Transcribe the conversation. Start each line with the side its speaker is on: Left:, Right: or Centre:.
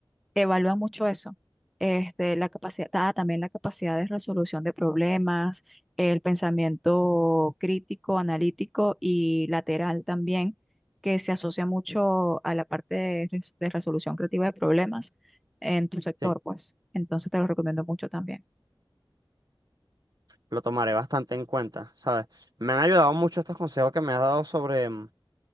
Centre: evalúan mucho eso. Este, la capacidad, ah, también la capacidad de resolución de problemas, el pensamiento crítico, analítico y lateral también, que se asocia mucho a la parte de, res- de resolución creativa de problemas en tu sector,
Right: Sí,
Centre: pues. Entonces te lo recomiendo mucho también.
Right: lo tomaré bastante en cuenta, ¿sabes? Me han ayudado mucho estos consejos que me has dado sobre mm,